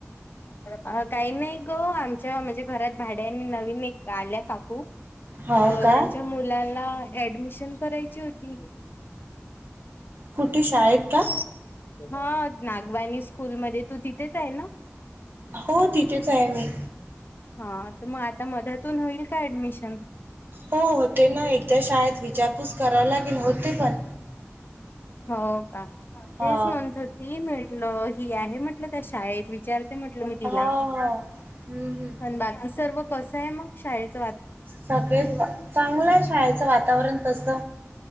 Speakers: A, on the left; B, on the right.
A: ह काही नाही ग आमच्या म्हणजे घरात भाड्या आणि नवीन एक. आल्या काकू
B: हो
A: तर
B: का
A: त्यांच्या मुलाला. ऍडमिशन करायची होती.
B: कुठे शाळेत. का
A: हा नागवानी स्कूल मध्ये तू तिथेच आहे ना.
B: हो तिथेच आहे मी
A: हा तर मग आता मध्यातून होईल का ऍडमिशन
B: हो होते ना एकदा शाळेत विचारपूस करावी लागेल होते पण
A: हो का तेच
B: हा
A: म्हंथ ती म्हटलं ही आहे म्हटलं त्या शाळेत विचारते म्हटलं मी
B: हा हा हम्म हम्म
A: त बाकी सर्व कस आहे मग शाळेच
B: सगळे चांगलं आहे शाळेचं वातावरण तस